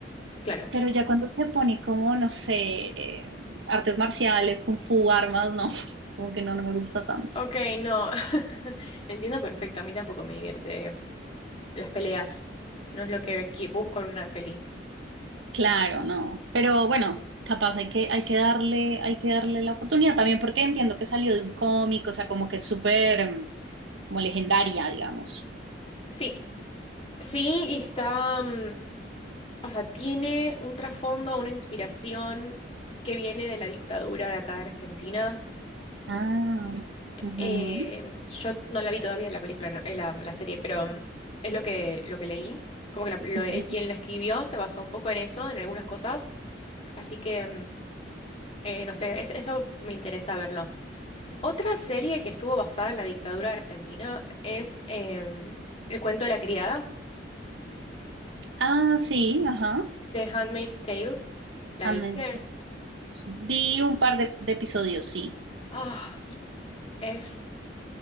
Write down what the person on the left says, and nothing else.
claro.
Ok, no. <laughs> Entiendo perfecto, a mí tampoco me divierte las peleas. No es lo que qui- busco en una peli.
Sí, sí, y está, mm, o sea, tiene un trasfondo, una inspiración que viene de la dictadura de acá de Argentina.
Eh, yo no la vi todavía la película, no, eh, la, la serie, pero mm, es lo que, lo que leí. Como que la- lo-
eh, quien lo escribió se basó un poco en eso, en algunas cosas. Así que, mm, eh, no sé, es- eso me interesa verlo. Otra serie que estuvo basada en la dictadura de Argentina es em, El cuento de la criada.
The Handmaid's Tale, ¿la viste?
Ah, es